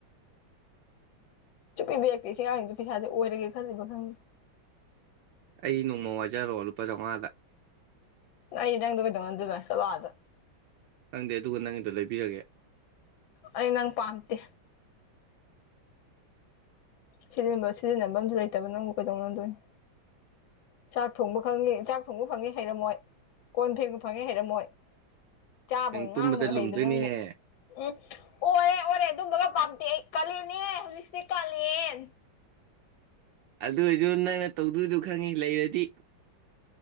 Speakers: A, on the left (about 75°); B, on the right (about 75°).
A: ꯁꯨꯡꯄꯤ ꯄꯤꯔꯛꯇꯦ ꯑꯁꯤꯉꯥꯡꯖꯤ ꯄꯩꯥꯥꯁꯦ ꯑꯣꯏꯔꯒꯦ ꯈꯜꯂꯤꯕ ꯈꯪꯗꯦ
B: ꯑꯩ ꯅꯣꯡꯃ ꯋꯥꯏꯖꯔꯔꫭ ꯂꯨꯄꯥ ꯆꯧꯉꯥꯗ
A: ꯑꯩ ꯅꯪꯗꫭ ꯀꯩꯅꯗꯧꯅꯗꫭꯏꯕ ꯆꯠꯂꫭ ꯑꯥꯗ
B: ꯈꯪꯗꯦ ꯑꯗꯨꯒ ꯅꯪꯒꯤꯗꯣ ꯂꯩꯕꯤꯔꯒꯦ
A: ꯑꯩ ꯅꯪ ꯄꯥꯝꯇꯦ ꯁꯤꯖꯤꯟꯅꯕ ꯁꯤꯖꯤꯟꯅꯕꯝꯖꯨ ꯂꯩꯇꯕ ꯅꯪꯕꯨ ꯀꯩꯗꯧꯅꯗꯣꯏꯅꫭ ꯆꯥꯛ ꯊꯣꯡꯕ ꯈꯪꯉꯤ ꯆꯥꯛ ꯊꯣꯡꯕ ꯐꯪꯉꯤ ꯍꯩꯔꯝꯃꯣꯏ ꯀꯣꯟ ꯐꯦꯡꯕ ꯐꯪꯉꯦ ꯍꯩꯔꯝꯃꯣꯏ ꯆꯥꯕꯒ
B: ꯅꯪ ꯇꯨꯝꯕꯗ
A: ꯉꯥꯡꯕꯒ
B: ꯂꯨꯝꯗꯣꯏꯅꯦꯍꯦ
A: ꯍꯩꯕ ꯅꯪꯕꯨ ꯎꯝ ꯑꯣꯔꯦ ꯑꯣꯔꯦ ꯑꯗꯨꯝꯕꯒ ꯄꯥꯝꯗꯦ ꯑꯩ ꯀꯥꯂꯦꯟꯅꯦ ꯍꯧꯖꯤꯛꯁꯦ ꯀꯥꯂꯦꯟ
B: ꯑꯗꯨ ꯑꯣꯏꯁꯨ ꯅꯪꯅ ꯇꯧꯗꯣꯏꯗꯨ ꯈꯪꯉꯤ ꯂꯩꯔꯗꯤ